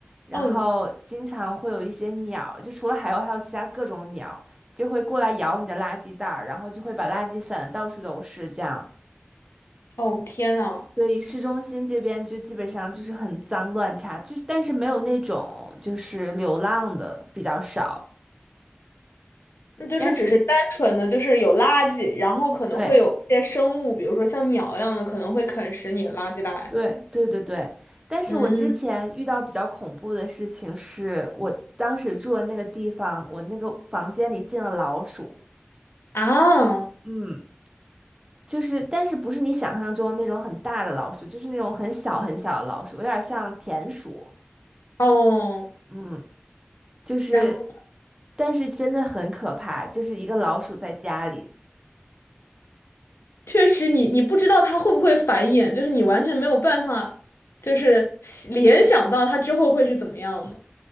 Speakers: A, on the right; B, on the left.
A: 然后经常会有一些鸟，
B: 嗯，
A: 就除了海鸥还有其他各种鸟，就会过来咬你的垃圾袋儿，然后就会把垃圾散的到处都是这样。
B: 哦天呐。
A: 所以市中心这边就基本上就是很脏乱差，就是但是没有那种就是流浪的比较少，
B: 那就是只是单纯的，
A: 但是
B: 就是有垃圾，然后可能会有一些生物，
A: 对。
B: 比如说像鸟一样的，可能会啃食你的垃圾袋。
A: 对对对对，但是我之前遇到比较恐怖的事情是，
B: 嗯
A: 我当时住的那个地方，我那个房间里进了老鼠。
B: 啊。
A: 嗯，就是，但是不是你想象中那种很大的老鼠，就是那种很小很小的老鼠，有点像田鼠。
B: 哦，
A: 嗯，就是，
B: 然后
A: 但是真的很可怕，就是一个老鼠在家里，
B: 确实你，你不知道它会不会繁衍，就是你完全没有办法，就是联想到它之后会是怎么样的。